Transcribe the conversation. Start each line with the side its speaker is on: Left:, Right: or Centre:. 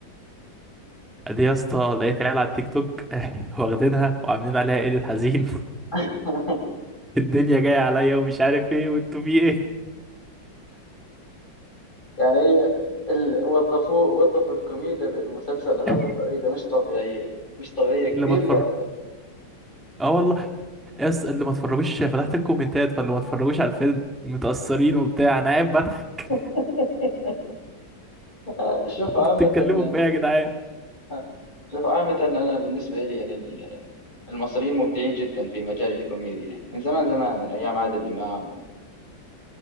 Centre: دي يا اسطى لقيت عيال على التيك توك <laughs> واخدينها وعاملين عليها ايديت حزين
Left: <laughs>
Centre: <laughs> الدنيا جاية عليا ومش عارف ايه وانتوا في ايه
Left: يعني هي ال... وظفوا وظفوا الكوميديا بالمسلسل هذا
Centre: <laughs>
Left: بطريقة مش طبيعية مش طبيعية كثير
Centre: اللي ما اتفرج
Left: كان
Centre: اه والله يا اسطى اللي ما اتفرجوش فتحت الكومنتات فاللي ما اتفرجوش على الفيلم متأثرين وبتاع انا قاعد بضحك
Left: <laughs> آه، شوف
Centre: <laughs>
Left: عامة
Centre: انتوا بتتكلموا
Left: يعني
Centre: في ايه يا جدعان
Left: آه، شوف عامة أنا بالنسبة لي يعني ال- المصريين مبدعين جدا في مجال الكوميديا يعني من زمان زمان من أيام عادل إمام